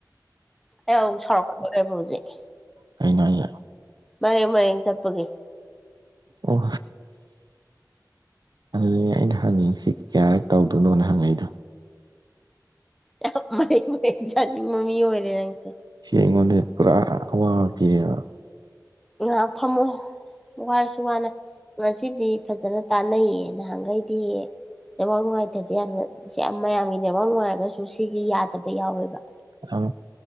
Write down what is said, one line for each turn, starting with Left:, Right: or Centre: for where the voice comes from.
Centre: ꯑꯩ ꯑꯃꯨꯛ ꯁꯥꯎꯔꯛꯀꯗꯣꯔꯦꯕ ꯍꯧꯖꯤꯛ
Right: ꯀꯩꯅꯣ ꯍꯥꯏꯖꯦ
Centre: ꯃꯔꯦꯡ ꯃꯔꯦꯡ ꯆꯠꯄꯒꯤ
Right: ꯑꯣ ꯑꯗꯨꯅꯦ ꯑꯩꯅ ꯍꯪꯉꯤꯁꯤ ꯀꯌꯥꯔꯛ ꯇꯧꯗꯣꯏꯅꯣꯅ ꯍꯪꯉꯛꯏꯗꯣ
Centre: ꯌꯥꯝ ꯃꯔꯦꯡ ꯃꯔꯦꯡ ꯆꯠꯅꯤꯡꯕ ꯃꯤ ꯑꯣꯏꯔꯦ ꯅꯪꯁꯦ
Right: ꯁꯤ ꯑꯩꯉꯣꯟꯗ ꯄꯨꯔꯥ ꯑꯋꯥꯕ ꯄꯤꯔꯦꯕ
Centre: ꯉꯥꯏꯍꯥꯛ ꯐꯝꯃꯣ ꯋꯥꯔꯁꯨ ꯋꯥꯅ ꯉꯁꯤꯗꯤ ꯐꯖꯅ ꯇꯥꯟꯅꯩꯌꯦ ꯅꯍꯥꯟꯈꯩꯗꯤ ꯅꯦꯠꯋꯥꯔꯛ ꯅꯨꯡꯉꯥꯏꯇꯕꯁꯦ ꯌꯥꯝꯅ ꯁꯤ ꯌꯥꯝ ꯃꯌꯥꯝꯒꯤ ꯅꯦꯋꯥꯔꯛ ꯅꯨꯡꯉꯥꯏꯔꯒꯁꯨ ꯁꯤꯒꯤ ꯌꯥꯗꯕ ꯌꯥꯎꯋꯦꯕ
Right: ꯑꯪ